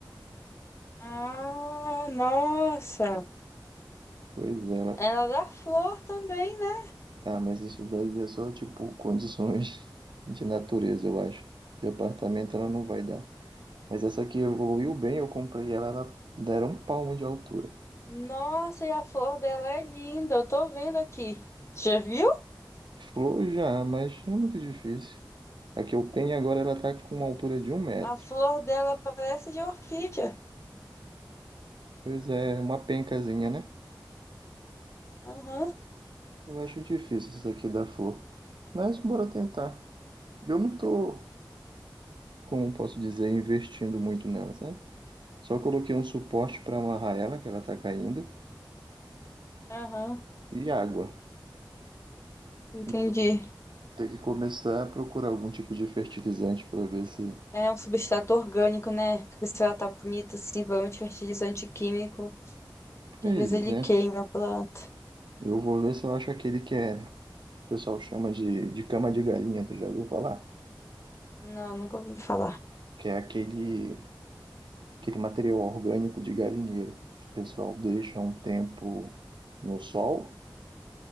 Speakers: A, on the left; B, on the right.
A: Ah, nossa.
B: Pois é, ela.
A: Ela é da flor também, né?
B: Ah, mas isso daí é só tipo condições <laughs> de natureza, eu acho. De apartamento ela não vai dar. Mas essa aqui evoluiu bem, eu comprei ela, ela dera um palmo de altura.
A: Nossa, e a flor dela é linda. Eu tô vendo aqui. Já viu?
B: Flor já, mas é muito difícil. A que eu tenho agora, ela tá com uma altura de um metro.
A: A flor dela parece de orquídea.
B: Pois é, uma pencazinha, né?
A: Aham,
B: Eu acho difícil essa aqui dar flor. Mas bora tentar. Eu não tô, como posso dizer, investindo muito nela, sabe? Só coloquei um suporte para amarrar ela, que ela tá caindo,
A: aham.
B: e água.
A: Entendi.
B: Mas eu vou ter que começar a procurar algum tipo de fertilizante para ver se.
A: É um substrato orgânico, né? Porque se ela tá bonita assim, provavelmente fertilizante químico, que
B: Pois
A: às vezes ele
B: é.
A: queima a planta.
B: Eu vou ver se eu acho aquele que é o pessoal chama de, de cama de galinha, tu já ouviu falar?
A: Não, nunca ouvi falar.
B: Que é aquele, aquele material orgânico de galinheiro. O pessoal deixa um tempo no sol